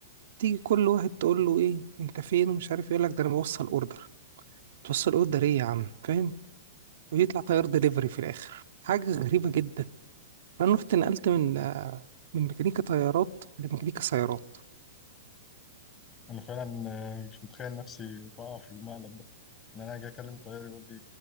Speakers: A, on the right; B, on the left.
A: تيجي كل واحد تقول له ايه انت فين ومش عارف إيه، يقول لك ده انا بوصل اوردر توصل اوردر ايه يا عم فاهم ويطلع طيار دليفري في الاخر حاجة غريبة جدا فانا رحت نقلت من آه، من ميكانيكا طيارات لميكانيكا سيارات
B: انا فعلا آه، مش متخيل نفسي بقع في المقلب ده ان انا اجي اكلم طيار يقول لي